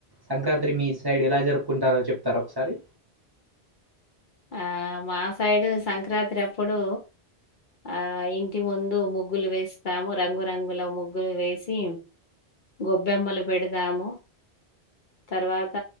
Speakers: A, on the right; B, on the left.
A: సంక్రాంత్రి మీ సైడ్ ఎలా జరుపుకుంటారో చెప్తారా ఒకసారి
B: ఆ మా సై డు సంక్రాంత్రి అప్పుడు ఆ ఇంటి ముందు ముగ్గులు వే స్తాము రంగురంగుల ముగ్గులు వేసి గొబ్బెమ్మలు పెడతాము తర్వాత